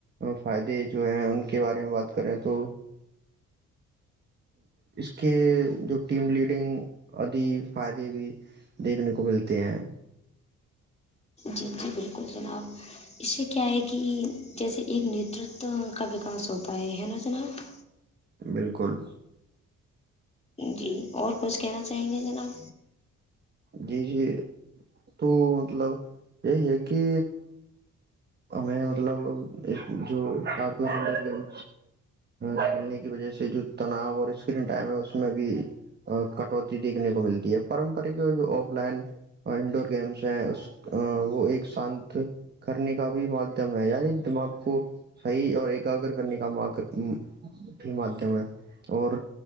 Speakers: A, on the right; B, on the left.
A: فائدے جو ہیں ان کے بارے میں بات کریں تو اس کے جو ٹیم لیڈنگ آدی فائدے بھی دیکھنے کو ملتے ہیں
B: جی جی بالکل جناب اس سے کیا ہے کہ جیسے ایک نیترتو کا وکاس ہوتا ہے ہے نا جناب
A: بالکل
B: جی اور کچھ کہنا چاہیں گے جناب
A: جی جی تو مطلب یہی ہے کہ ہمیں مطلب جو آٹ ڈور انڈ گیم کھیلنے کی وجہ سے جو تناؤ اور اسکرین ٹائم ہے اس میں بھی کٹوتی دیکھنے کو ملتی ہے پارمپرک جو آف لائن انڈور گیمس ہیں اس وہ ایک شانت کرنے کا بھی مادھیم ہے یعنی دماغ کو صحیح اور ایکاگر کرنے کا بھی مادھیم ہے اور